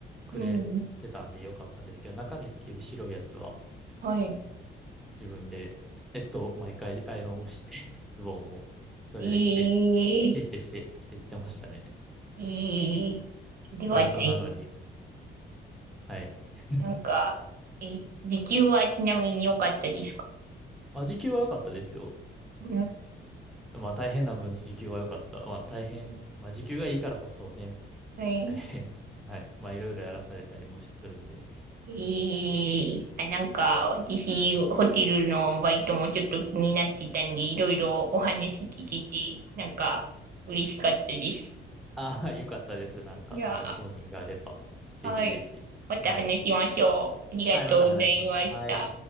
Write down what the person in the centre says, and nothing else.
くれてたんでよかったんですけど、
中に着る白いやつは
自分で、えっと、毎回アイロンをして、<laughs> ズボンもそれで着て、
じってして着てってましたね。
バイトなのに。はい。<laughs>
あ、時給は良かったですよ。
まあ大変な分時給は良かった。まあ大変、まあ時給がいいからこそね、
大変。<laughs> はい。まあ、いろいろやらされたりもするんで。
ああ、<laughs> よかったです。なんか、
また興味があれば、ぜひぜひ。
はい。
はい、また話しましょう。はい。